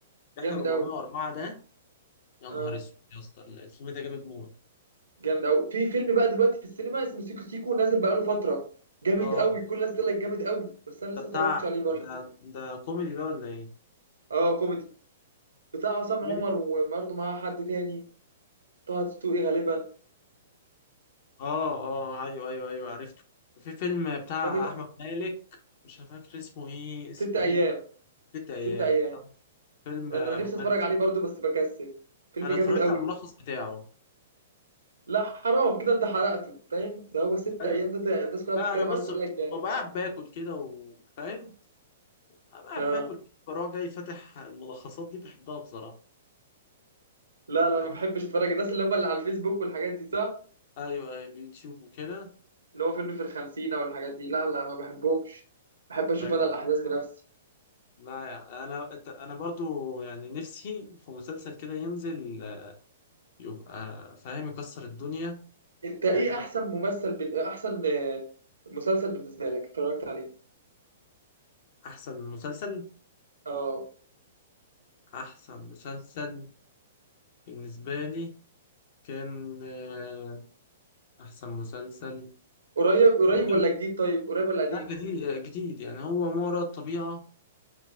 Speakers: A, on the right; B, on the left.
A: جامد
B: رحله 404
A: قوي
B: ده يا نهار
A: اه
B: اسود يا اسطى الفيلم ده جامد موت
A: جامد قوي في فيلم بقى دلوقتي في السينما اسمه سيكو سيكو نازل بقاله فتره جامد
B: اه
A: قوي كل الناس تقول لك جامد قوي بس انا لسه
B: ده بتاع
A: اتفرجتش عليه برضه
B: ده ده كوميدي ده ولا ايه
A: اه كوميدي بتاع عصام
B: كوميدي
A: عمر وبرضه معاه حد تاني طه دسوقي غالبا
B: اه اه ايوه ايوه ايوه عرفته في فيلم بتاع
A: جامد أوي.
B: احمد مالك مش فاكر اسمه ايه اسمه
A: ست ايام
B: ايه ست ايام
A: ست ايام
B: ده فيلم
A: انا
B: رومانسي
A: نفسي اتفرج عليه برضه بس بكسل فيلم
B: انا
A: جامد
B: اتفرجت
A: قوي
B: على الملخص بتاعه
A: لا حرام كده انت حرقته فاهم ده هو ست
B: ايوه
A: ايام ده, ده الناس كلها
B: لا
A: بتتكلم
B: انا بص
A: عليه بتقول لك جامد
B: ببقى قاعد باكل كده وفاهم أبقى قاعد
A: اه
B: باكل بروح جاي فاتح الملخصات دي بحبها بصراحه
A: لا لا
B: أنا-
A: ما بحبش اتفرج الناس اللي هم اللي على الفيسبوك والحاجات دي صح
B: ايوه ايوه يوتيوب وكده
A: اللي هو فيلم في الخمسين او الحاجات دي لا لا ما بحبهمش بحب اشوف
B: طيب
A: انا الاحداث بنفسي
B: لا يعني انا انا برضو يعني نفسي في مسلسل كده ينزل يبقى فاهم يكسر الدنيا
A: انت ايه
B: يعني بقى
A: احسن ممثل بال... احسن آه، مسلسل بالنسبه لك اتفرجت عليه
B: احسن مسلسل
A: اه
B: احسن مسلسل بالنسبه لي كان آه، احسن مسلسل
A: قريب قريب
B: ممكن-
A: ولا جديد طيب قريب ولا قديم
B: لا جديد جديد يعني هو ما وراء الطبيعه